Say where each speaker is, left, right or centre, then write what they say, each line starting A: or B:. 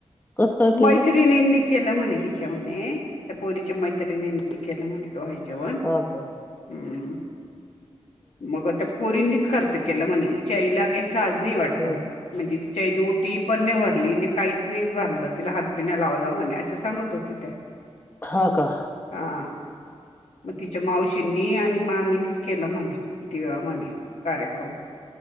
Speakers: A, on the left; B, on the left.
A: कस काय केलं
B: मैत्रीणीनी. केलं म्हणे तिच्या म्हणे त्या पोरीच्या मैत्रिणी केलं म्हणे डोहाळे जेवण.
A: हो काे.
B: हम्म मग त्या पोरींनीच खर्च केला म्हणे तिच्या आईला काही साज नाही वाटत
A: हा.
B: म्हणजे तिच्या आई ओटी पण नाही भरली आणि काहीच नाही भरलं. तिला हात बिन लावला म्हणे असं सांगत होती त्या.
A: हा का.
B: हां. मग तिच्या मावशींनी आणि मामीनीच केलं म्हणे किती वेळा म्हणे कार्यक्रम